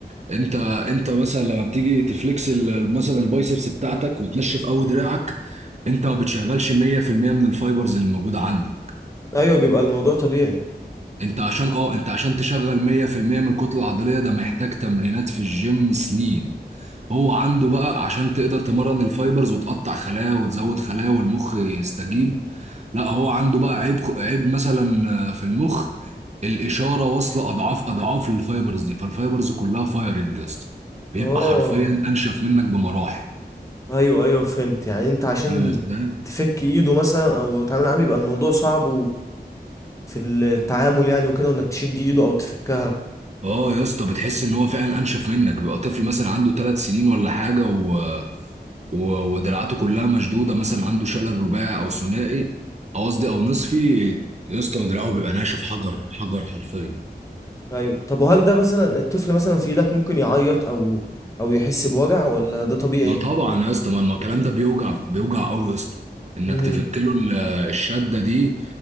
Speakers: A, on the right; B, on the left.
A: انت انت مثلا لما بتيجي تفلكس ال- مثلا البايسبس بتاعتك وتنشف قوي دراعك انت ما بتشغلش 100% من الفايبرز اللي موجوده عندك
B: ايوه بيبقى الموضوع طبيعي
A: انت عشان اه انت عشان تشغل 100% من الكتله العضليه ده محتاج تمرينات في الجيم سنين هو عنده بقى عشان تقدر تمرن الفايبرز وتقطع خلايا وتزود خلايا والمخ يستجيب لا هو عنده بقى عيب خ- عيب مثلا آه، في المخ الاشاره واصله اضعاف اضعاف للفايبرز دي فالفايبرز كلها فايرنج يا اسطى بيبقى
B: اه
A: حرفيا انشف منك بمراحل
B: ايوه ايوه فهمت يعني انت عشان
A: فاهم ازاي
B: تفك ايده مثلا او تعمل معاه بيبقى الموضوع صعب في التعامل يعني وكده وانك تشد ايده او تفكها
A: اه يا اسطى بتحس ان هو فعلا انشف منك بيبقى طفل مثلا عنده ثلاث سنين ولا حاجه و... و... ودراعاته كلها مشدوده مثلا عنده شلل رباعي او ثنائي او قصدي او نصفي يا اسطى دراعه بيبقى ناشف حجر حجر حرفيا
B: ايوه طب وهل ده مثلا الطفل مثلا في ايدك ممكن يعيط او او يحس بوجع ولا ده طبيعي
A: ما طبعا يا اسطى ما ما الكلام ده بيوجع بيوجع قوي يا اسطى انك
B: امم
A: تفك له ال- الشده دي